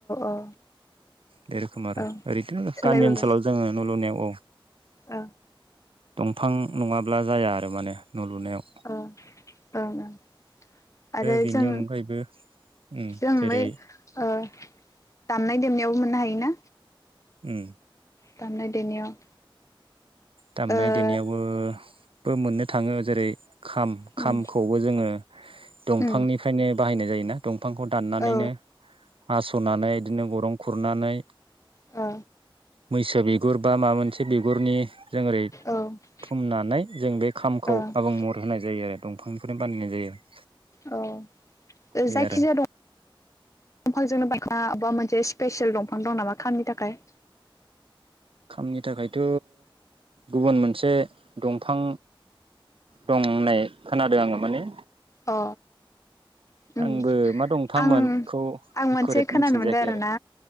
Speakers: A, on the left; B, on the right.
A: औ
B: बे रोखोम आरो
A: औ
B: ओरैथ'
A: सोलायबोबाय
B: गामि ओनसोलाव जोङो न' लुनायाव औ
A: ओ
B: दंफां नङाब्ला जाया आरो माने न' लुनायाव
A: अ ओं ओं आरो
B: बेनि
A: जों
B: अनगायैबो उम
A: जों
B: जेरै
A: बै ओ दान मोननो हायोना
B: उम
A: दामनाय देनायाव
B: दामनाय
A: ओ
B: देनायावबो बो मोननो थाङो जेरै खाम
A: उम
B: खामखौबो जोङो दंफांनिफ्रायनो
A: उम
B: बाहायनाय जायोना दं बिफांखौ दान्नानैनो
A: औ
B: हास'नानै बिदिनो गरं खुरनानै
A: ओ
B: मैसो बिगुर बा माबा मोनसे बिगुरनि जों ओरै
A: औ
B: थुमनानै जों बे खामखौ
A: ओ
B: आबुं महर होनाय जायो आरो दंफांनिफ्रायनो बानायनाय जायो
A: औ जायखिजाया
B: बे आरो
A: दं दंफांजोंनो बा बबेबा मोनसे <unintelligible> स्पेसियेल दंफां दं नामा खामनि थाखाय
B: खामनि थाखायथ' गुबुन मोनसे दंफां दं होननाय खोनादों आङो माने
A: अ ओम
B: आंबो मा दंफांमोन
A: आं
B: बेखौ
A: आं
B: एकुरेट
A: मोनसे खोनानो
B: मिथिनाय
A: मोनदों
B: जायाखै
A: आरो ना